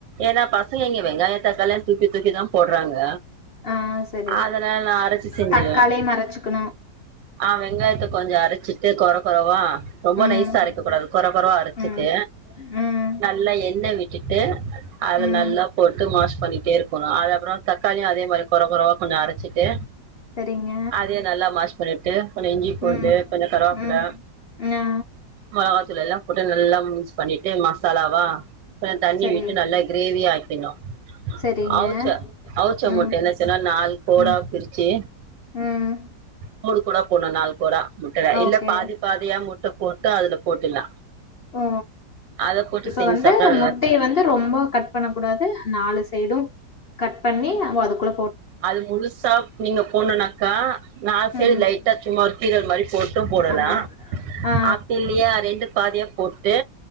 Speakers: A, on the right (about 75°); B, on the left (about 70°).
A: ஏனா பசங்க இங்க வெங்காய தக்காளிளா தூக்கி தூக்கி தா போட்றாங்க
B: ஆ சரி
A: அதனால நா அரச்சி செஞ்சிருவே
B: தக்காளிய மறச்சுக்கணு
A: அ வெங்காயத்த கொஞ்சோ அரச்சிட்டு கொற கொறவா ரொம்ப
B: ம்
A: நைசா அரை க்ககூடாது கொற கொறவா அரச்சிட்டு
B: ம் ம்
A: நல்லா எண்ணெ விட்டுட்டு அது
B: ம்
A: நல்லா போட்டு மாஷ் பண்ணிட்டேருக்குணு அது அப்றோ தக்காளியு அதே மாரி கொற கொறவா கொஞ்சோ அரச்சிட்டு
B: சரிங்க
A: அதையு நல்லா மாஷ் பண்ணிட்டு கொஞ்சோ இஞ்சி பூண்டு
B: ம்
A: கொஞ்சோ கருவப்புல்ல
B: ம் ஆ
A: மொளகாதூள் எல்லா போட்டு நல்லா மிக்ஸ் பண்ணிட்டு மசாலாவா கொஞ்சோ தண்ணி
B: சரி
A: விட்டு நல்லா கிரேவி ஆக்கிணு
B: சரிங்க
A: அவுச்ச அவுச்ச
B: ம்
A: முட்டய என்ன செய்னு நாலு கோடா
B: ம்
A: பிரிச்சு
B: ம்
A: கோடு கோடா போனு நாள் கோரா முட்டய்ல
B: ஓகே
A: இல்ல பாதி பாதியா முட்ட போ ட்டுல்லா அதுல போட்டுலா
B: ஓ
A: அத போட்டு
B: இப்ப
A: செஞ்சு
B: வந்து
A: சாப்ட்டா நல்லா
B: முட்டைய வந்து ரொம்ப கட் பண்ணக்கூடாது நாலு சைடு கட் பண்ணி அதுக்குள
A: அது முழுசா நீங்க போனுனாக்கா நால் சைடு
B: ம்
A: லைட்டா சும்மா ஒரு கீரல் மாரி போட்டு போட்லா
B: ஆ ஆ
A: அப்டி இல்லியா ரெண்டு பாதியா போட்டு